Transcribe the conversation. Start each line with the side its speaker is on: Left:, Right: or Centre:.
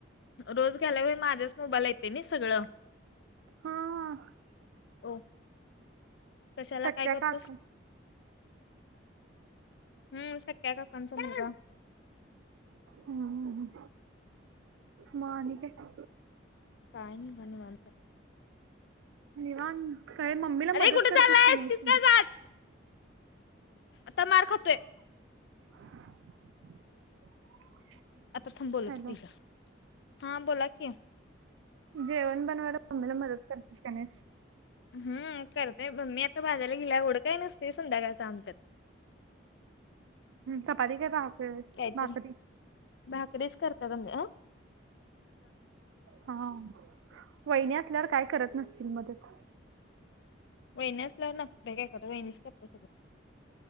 Left: रोज घ्यायला होय माझ्याच मोबाईल येते नाही सगळं.
Right: हा.
Left: ओ, कशाला
Right: सख्या
Left: काय करतोस?
Right: काका
Left: हम्म सख्या काकांचा मुलगा.
Right: हम्म. मग आणि काय.
Left: काय नाही बघा निवांत.
Right: निवांत काय मम्मीला मदत
Left: अरे कुठे
Right: करतेस
Left: चाललायस
Right: की नाहीस?
Left: किसका जात आता मार खातोय.
Right: <inaudible>
Left: आता थांब बोलवतो
Right: हॅलो
Left: तिला हा बोला की.
Right: जेवण बनवायला मम्मीला मदत करतीस का नाहीस.
Left: हम्म. करतय मी आता बाजराला गेल्या एवढं काय नसतेय संध्याकाळचं आमच्यात.
Right: चपाती, भाक
Left: काहीतरी
Right: भाकरी
Left: भाकरीच करत्यात आमच्यात. आ?
Right: हा. वहिनी असल्यावर काय करत नसशील मदत.
Left: वहिनी असल्यावर नसतोय काय करत, वहिनीच करत्या सगळं.